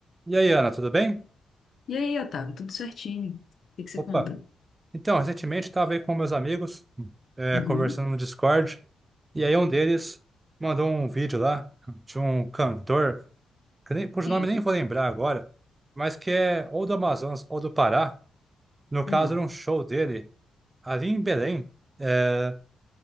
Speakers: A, on the right (about 20°); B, on the left (about 50°).
A: E aí, Ana, tudo bem?
B: E aí, Otávio, tudo certinho? O que que você
A: Opa!
B: conta?
A: Então, recentemente estava aí com meus amigos, é,
B: Uhum.
A: conversando no Discord, e aí um deles mandou um vídeo lá de um cantor, que nem, cujo
B: Sim.
A: nome nem vou lembrar agora, mas que é ou do Amazonas ou do Pará. No caso,
B: Hum.
A: era um show dele ali em Belém, é,